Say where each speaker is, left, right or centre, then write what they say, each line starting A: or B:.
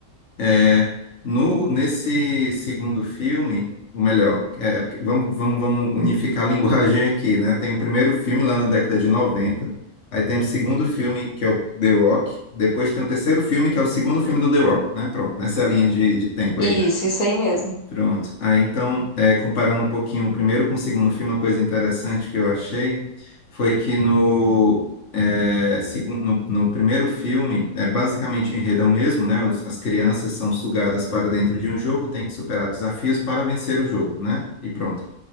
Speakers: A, on the left; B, on the left.
A: É, no, nesse segundo filme, ou melhor, é, é porque vamos, vamos, vamos unificar a <laughs> linguagem aqui, né? Tem o primeiro filme lá na década de noventa aí tem o segundo filme, que é o The Rock, depois tem o terceiro filme, que é o segundo filme do The Rock, né? Pronto, nessa linha de, de tempo
B: Isso,
A: aí,
B: isso aí mesmo.
A: Pronto. Ah, então, é, comparando um pouquinho o primeiro com o segundo filme, uma coisa interessante que eu achei foi que no, é, segun- no, no primeiro filme, é basicamente o enredo é o mesmo, né? Os- as crianças são sugadas para dentro de um jogo, tem que superar desafios para vencer o jogo, né? E pronto.